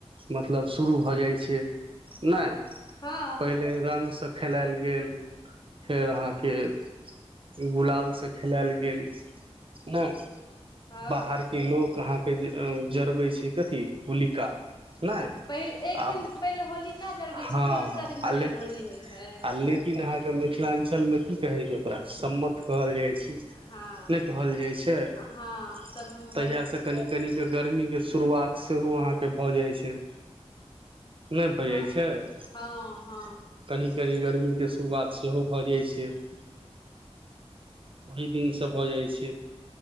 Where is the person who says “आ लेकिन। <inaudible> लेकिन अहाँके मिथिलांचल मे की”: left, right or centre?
Right